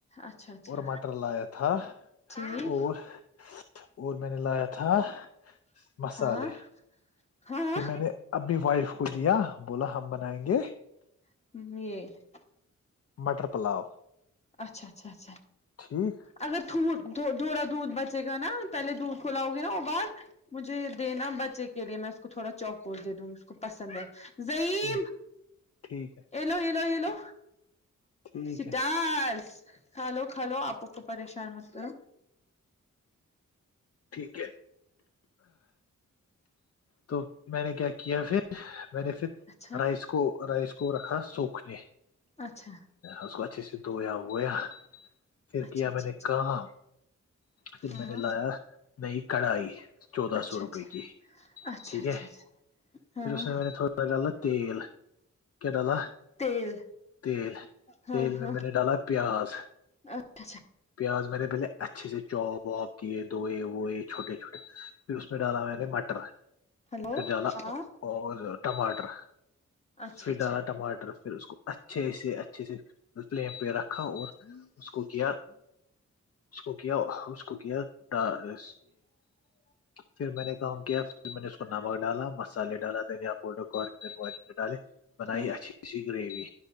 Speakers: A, on the left (about 20°); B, on the left (about 50°).
A: اچھا اچھا
B: اور مٹر لایا تھا
A: ٹھیک
B: اور اور میں نے لایا تھا مسالے
A: ہاں ہاں
B: پھر میں نے اب بھی وائف کو دیا بولا ہم بنائیں گے
A: <inaudible>
B: مٹر پلاا
A: اچھا اچھا اچھا
B: ٹھیک
A: اگر تھوڑا دودھ بچے گا نا پہلے دودھ کوھلاؤ گے نا اور بر مجھے دینا بچے کے لیے میں اس کو تھوڑا چوکوٹ دے دوں گی اس کو پسند ہے زظعیم
B: ٹھیک ٹھیک ہے
A: ایلو یہلو یہلو
B: ٹھیک
A: سٹار
B: ہے
A: کھا لو کھا لو آپ کو پریشان متل
B: ٹھیک ہے تو میں نے کیا کیا پھر میں نے پھر
A: اچھا
B: رائس کو رکھا سوکھ نے
A: اچھا
B: اس کو اچھے سے دھویا ہوویا پھر
A: اچھا
B: کیا
A: اچھا
B: میں نے
A: اچھا
B: کہا پھر
A: ہاں
B: میں نے لایا نہیں کڑھائی چودہ
A: اچھا
B: سو روپئے کی
A: اچھا اچھا
B: ٹھیک
A: اچھا
B: ہے
A: اچھا ہاں
B: پھر اس میںے تھوڑا غلط تیل کیا ڈالا
A: تیل
B: تیل
A: ہاں
B: تیل میں
A: ہاں
B: میں نے ڈالا پیاز
A: اچھا اچھا
B: پیاز میں نے پہلے اچھے سے چوپ وااب کیے دھوئے ہوئے وہ یہ چھوٹے چھوٹے پھر اس میں ڈالا میں نے مٹر
A: ہلو
B: پھر ڈالا
A: ہاں
B: اور ٹماٹر
A: اچھا
B: پھر
A: اچھا
B: ڈالا ٹماٹر پھر اس کو اچھا اچھے سے اچھے سے پلین پہ رکھا اور اس کو کیا اس کو کیا اس کو کیا ڈ پھر میں نے کام کیا پھر میں نے اس کو نمک ڈالا مسالے ڈالا دنیا پڈررر ڈالے بنائی
A: ہاں
B: اچھی سی گریوی